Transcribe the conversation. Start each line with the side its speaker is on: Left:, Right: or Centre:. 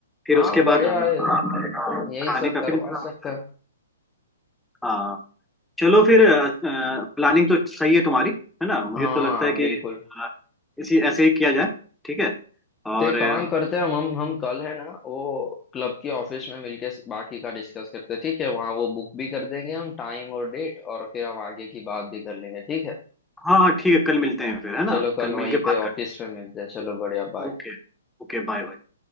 Centre: फिर
Left: हाँ
Centre: उसके
Left: बढ़िया
Centre: बाद हम लोग
Left: है यही
Centre: खाने
Left: सब
Centre: का
Left: करवा
Centre: फिर इंतजाम
Left: सकता
Centre: होता है
Left: है
Centre: हाँ चलो फिर प्लानिंग तो सही है तुम्हारी है ना मुझे
Left: हाँ
Centre: तो लगता है
Left: बिल्कुल
Centre: कि अ, इसी ऐसे ही किया जाए ठीक है और
Left: तो एक
Centre: अ,
Left: काम करते हैं हम हम हम कल है ना वो क्लब की ऑफिस में मिलके बाकी का डिस्कस करते हैं ठीक है वहाँ वो बुक भी कर देंगे हम टाइम और डेट और फिर हम आगे की बात भी कर लेंगे ठीक है
Centre: हाँ हाँ ठीक है कल मिलते हैं फिर है ना
Left: चलो कल
Centre: कल मिल
Left: वहीं
Centre: के बात
Left: पे
Centre: करते
Left: ऑफिस में मिलते हैं चलो बढ़िया बाय
Centre: हैं ओके Okay bye bye